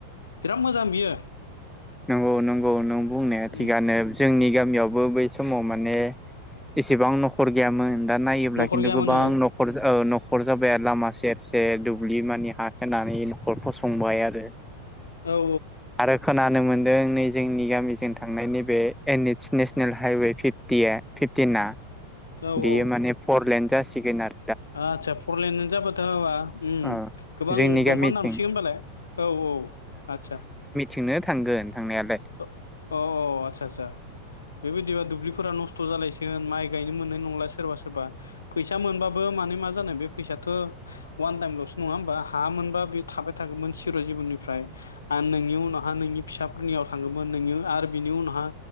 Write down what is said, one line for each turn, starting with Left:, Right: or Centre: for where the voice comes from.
Left: बिराद मोजां बियो।
Centre: नंगौ नंगौ नों बुंनाया
Left: उम
Centre: थिगानो जोंनि गामियावबो बै समाव माने एसेबां नखर गैयामोन। दा नायोब्ला
Left: न'खर
Centre: खिन्थु
Left: गैयामोन
Centre: गोबां
Left: औ
Centre: नखर जा नखर जाबाय लामा सेर सेर दु बुलि मानि हा होननानै न'खर फसंबाय आरो।
Left: औ
Centre: आरो खोना नो मोनदों नै जोंनि गामिजों थांनाय नैबे एनिथस नेसनेल हाइवे फिफ्टिया फिफ्टिना
Left: औ
Centre: बेयो
Left: औ
Centre: माने फरलेन्द जासिगोन आर
Left: आदसा फरलेनानो जाबाथ <unintelligible> उम
Centre: ओ
Left: गोबां
Centre: जोंनि गामिथिं
Left: दंफां दानसिगोन होनबालाय औ औ आदसा।
Centre: <unintelligible> थांगोन थांनायालाय
Left: अ अ' अ' आदसा सा बेबायदिबा दुब्लिफोरा नस थ' जालायसिगोन माइ गायनो मोननाय नंला सोरबा सोरबा। फैसा मोनबाबो माने मा जानो बे फैसाथ' अवान टाइमल'सो नङा होमबा हा मोनबा बेयो थाबाय थागौमोन सिर' जिबननिफ्राय आरो नोंनि उनावहा नोंनि फिसाफोरनियाव थांगौमोन नोंनियाव आरो बिनि उनावहा